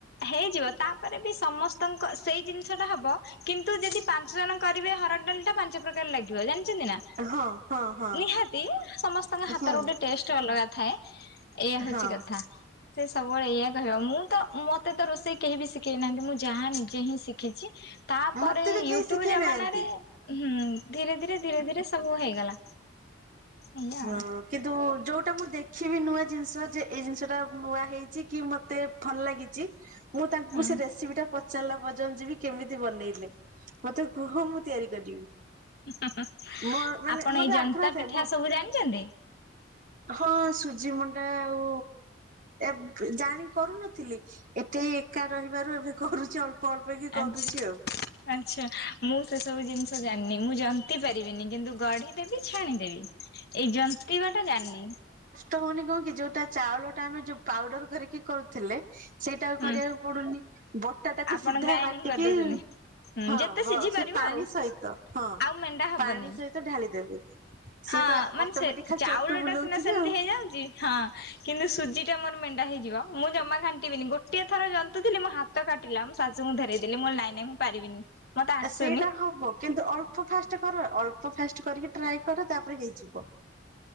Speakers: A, on the left; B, on the right.
A: ହେଇଯିବ ତାପରେ ବି ସମସ୍ତଙ୍କ ସେଇ ଜିନିଷ ଟା ହବ କିନ୍ତୁ ଯଦି ପାଞ୍ଚ ଜଣ କରିବେ ହରଡ ଡାଲି ଟା ପାଞ୍ଚ ପ୍ରକାର ଲାଗିବ। ଜାଣି ଛନ୍ତି ନା।
B: ହଁ ହଁ ହଁ
A: ନିହାତି ସମସ୍ତଙ୍କ ହାତର
B: ହଁ
A: ଗୋଟେ ଟେଷ୍ଟ ଅଲଗା ଥାଏ ଏଇୟା ହଉଛି
B: ହଁ
A: କଥା। ସେ ସବୁବେଳେ ଏଇଆ କହିବ ମୁଁ ତ ମତେ ତ ରୋଷେଇ କେହି ବି ଶିଖେଇ ନାହାନ୍ତି ମୁଁ ଯାହା ନିଜେ ହିଁ ଶିଖିଛି। ତାପରେ
B: ମତେ ବି
A: ୟୁଟ୍ୟୁବ
B: କେହି ଶିଖେଇ
A: ଜମାନାରେ
B: ନାହାନ୍ତି
A: ହୁଁ ଧୀରେ ଧୀରେ ଧୀରେ ଧୀରେ ସବୁ ହେଇଗଲା। ଏଇଆ
B: ହଁ। କିନ୍ତୁ ଯୋଉ ଉଟା ମୁଁ ଦେଖିବି ନୂଆ ଜିନିଷ ଯେ ଏଇ ଜିନିଷ ଟା ନୂଆ ହେଇଛି କି ମତେ ଭଲ ଲାଗିଛି ମୁଁ ତାଙ୍କୁ
A: ଆଉ
B: ସେ ରେସିପି ଟା ପଚାରିଲା ପର୍ଯ୍ୟନ୍ତ ଯିବି କେମିତି ବନେଇଲେ? ମତେ କୁହ ମୁଁ ତିଆରି କରିବି।
A: ଆଛା
B: ମୋ ମାନେ
A: ଆପଣ
B: ମୋରେ
A: ଏଇ ଜନ୍ତା
B: ଆଗ୍ରହ ଥାଏ
A: ପିଠା
B: ମୋ
A: ସବୁ ଜାଣିଛନ୍ତି?
B: <unintelligible> ହଁ ସୁଜି ମଣ୍ଡା ଆଉ ଏବେ ଜାଣି କରୁନଥିଲି। ଏଠି ଏକା ରହିବାରୁ ଏବେ କରୁଛି ଅଳ୍ପ ଅଳ୍ପ କି
A: ଆଚ୍ଛା
B: କରୁଛି ଆଉ।
A: ଆଚ୍ଛା ମୁଁ ସେସବୁ ଜିନିଷ ଜାଣିନି। ମୁଁ ଜନ୍ତି ପାରିବିନି କିନ୍ତୁ ଗଢିଦେବି ଛାଣିଦେବି। ଏଇ ଜନ୍ତୀ ବାଟା ଜାଣିନି।
B: ତହଉନି କଣ କି ଯୋଉ ତା ଚାଉଳ ଟା ଆମେ ଯୋଉ ପାଉଡର କରିକି କରୁ ଥିଲେ ସେଇଟା ଆଉ
A: ହୁଁ
B: କରିବାକୁ ପଡୁନି ବଟା ତାକୁ
A: ଆପଣ
B: ସିଧା
A: ଗ୍ରାଇଣ୍ଡିଙ୍ଗ
B: ବାଟିକି
A: କରିଦଉଛନ୍ତି। ହୁଁ
B: ହଁ
A: ଯେତେ
B: ବ
A: ସିଝି
B: ସେ
A: ପାରିବ
B: ପାଣି
A: ଆଉ
B: ସହିତ ହଁ
A: ଆଉ ମେଣ୍ଡା ହବନି।
B: ପାଣି ସହିତ ଢାଳି ଦେବେ ସିଏ
A: ହଁ
B: ତ
A: ମାନେ
B: ଅଟୋମେଟିକ
A: ସେ
B: ଖାଲି
A: ଚାଉଳ
B: ଚଟୁ ବୁଲଉଥିବେ
A: ଟା ସିନା ସେମିତି
B: ଆଉ।
A: ହେଇଯାଉଛି। ହଁ। କିନ୍ତୁ ସୁଜି ଟା ମୋର ମେଣ୍ଡା ହେଇଯିବ ମୁଁ ଜମା ଘାଣ୍ଟିବିନି। ଗୋଟିଏ ଥର ଜନ୍ତୁଥିଲି ମୋ ହା ତ କାଟିଲା ମୁଁ ଶାଶୁଙ୍କୁ ଧେରେଇଦେଲି ନାଇଁ ନାଇଁ ମୁଁ ପାରିବିନି। ମତେ ଆସୁନି।
B: ସେଇଟା ହବ କିନ୍ତୁ ଅଳ୍ପ ଫାଷ୍ଟ କର ଅଳ୍ପ ଫାଷ୍ଟ କରିକି ଟ୍ରାଏ କର ତାପରେ ହେଇଯିବ।